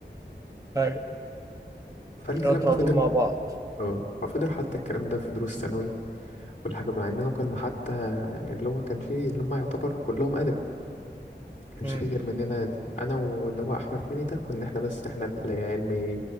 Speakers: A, on the right; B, on the left.
A: ايوه
B: فالكلام
A: لو انتوا
B: ده
A: على
B: فضل
A: طول مع بعض
B: اه ففضل حتى الكلام ده في دروس الثانوي كل حاجة مع اننا كنا حتى اللي هو كان فيه اللي هم يعتبر كلهم أدبي كانش
A: امم
B: فيه غير مننا انا واللي هو احمد هاني ده كنا احنا بس احنا اللي علمي